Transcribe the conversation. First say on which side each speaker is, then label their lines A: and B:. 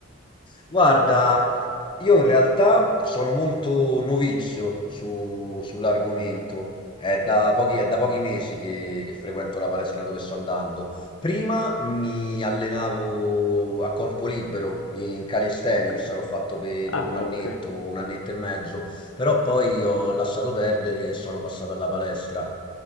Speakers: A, on the left (about 25°); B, on the left (about 75°).
A: Guarda, io in realtà sono molto novizio su- sull'argomento. È da pochi, è da pochi mesi che, che frequento la palestra dove sto andando. Prima mi allenavo a corpo libero in calisthenics,
B: Ok.
A: l'ho fatto pe-
B: Ah,
A: per un annetto,
B: ok.
A: un annetto e mezzo, però poi ho lasciato perdere e sono passato alla palestra.